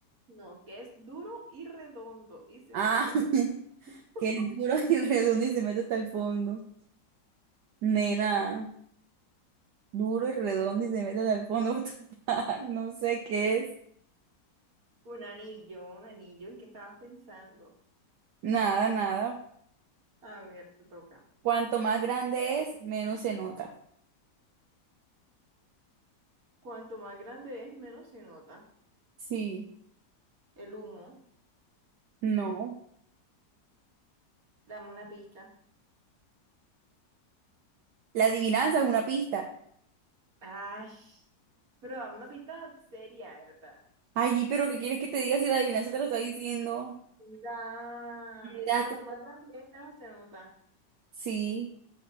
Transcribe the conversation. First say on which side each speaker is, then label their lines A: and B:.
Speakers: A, on the right; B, on the right.
A: No, que es duro y redondo y se
B: Ah,
A: mete hasta...
B: <laughs>
A: <laughs>
B: que es duro y redondo y se mete hasta el fondo. Nena. duro y redondo y se meten al fondo. <laughs> what the fuck, No sé qué es.
A: Un anillo, un anillo, ¿en qué estabas pensando?
B: Nada, nada.
A: A ver, te toca.
B: Cuanto más grande es, menos se nota.
A: Cuanto más grande es, menos se nota.
B: Sí,
A: El humo.
B: no.
A: Dame una pista.
B: La adivinanza es una pista.
A: Ay, pero dame una pista seria, ¿verdad?
B: Ay, pero ¿qué quieres que te diga si la adivinanza te lo está diciendo?
A: Da-
B: Un Gato.
A: Cuanto más grande es, menos se nota.
B: Sí,